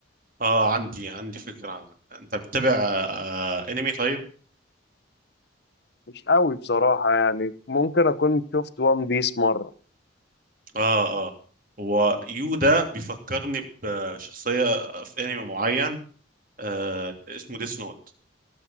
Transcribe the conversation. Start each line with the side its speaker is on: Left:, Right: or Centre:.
Right: اه عندي عندي فكره عنها انت بتتابع آه، انمي طيب
Left: مش قوي بصراحة يعني ممكن اكون شفت وان بيس مرة
Right: اه اه هو يو ده بيفكرني بشخصيه في انمي معين آه اسمه ديس نوت